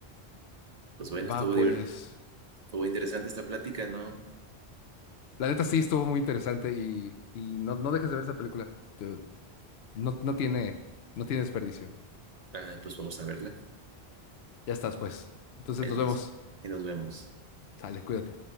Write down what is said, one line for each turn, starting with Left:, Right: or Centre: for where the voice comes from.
Right: Pues bueno,
Left: Va,
Right: estuvo
Left: pues.
Right: divert- estuvo interesante esta plática, ¿no?
Left: La neta sí estuvo muy interesante y, y no, no dejes de ver esa película. Te- No, no tiene, no tiene desperdicio.
Right: Ah, pues vamos a verla.
Left: Ya estás, pues. Entonces
Right: Ahí
Left: nos
Right: nos,
Left: vemos.
Right: ahí nos vemos.
Left: Sale, cuídate.